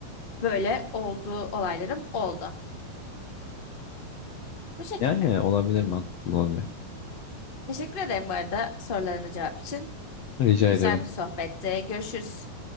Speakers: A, on the left (about 25°); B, on the left (about 75°).
A: böyle olduğu olaylarım oldu. Bu şekilde.
B: Yani olabilir mantıklı olabilir.
A: Teşekkür ederim bu arada sorularına cevap için.
B: Rica
A: Güzel
B: ediyorum.
A: bir sohbetti. Görüşürüz.